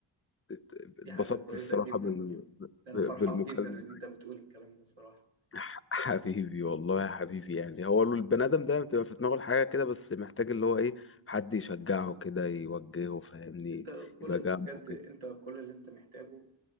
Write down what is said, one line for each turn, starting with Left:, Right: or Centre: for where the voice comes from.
Left: اتبسطت
Right: دي حاجة كويسة
Left: الصراحة
Right: جدا
Left: بال...
Right: يعني أنا
Left: بالمكالمة
Right: فرحان جدا إن أنت بتقول الكلام ده الصراحة
Left: <laughs> ح- حبيبي والله يا حبيبي يعني هو البني ادم دايما بتبقى في دماغه الحاجة كده بس محتاج اللي هو ايه حد يشجعه كده يوجهه فاهمني
Right: انت كل
Left: يبقى جنبه
Right: بجد انت
Left: كده
Right: كل اللي انت محتاجه